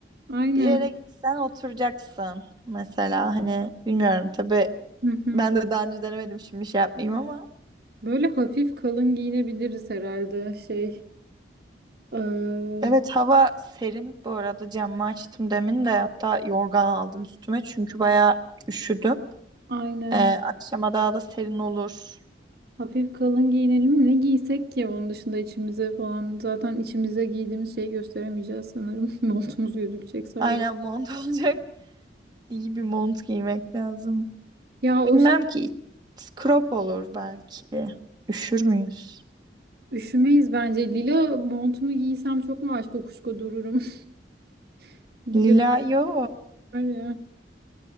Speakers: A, on the right (about 60°); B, on the right (about 25°).
A: Aynen.
B: Bir yere gitsen oturacaksın. Mesela hani bilmiyorum tabii
A: Hı hı.
B: ben de daha önce denemedim şimdi şey yapmayayım ama.
A: Böyle hafif kalın giyinebiliriz herhalde. Şey, eee,
B: Evet hava serin bu arada camı açtım demin de hatta yorgan aldım üstüme çünkü bayağı üşüdüm.
A: aynen.
B: Ee, akşama daha da serin olur.
A: Hafif kalın giyinelim. Ne giysek ki onun dışında içimize falan. Zaten içimize giydiğimiz şeyi gösteremeyeceğiz sanırım. <laughs> Montumuz gözükecek sadece.
B: Aynen mont <laughs> olacak. İyi bir mont giymek lazım.
A: Ya o
B: Bilmem ki crop olur belki. Üşür müyüz?
A: Üşümeyiz bence. Lila montumu giysem çok mu aşk kokuşko dururum. <laughs> Lila
B: Lila yo.
A: var ya.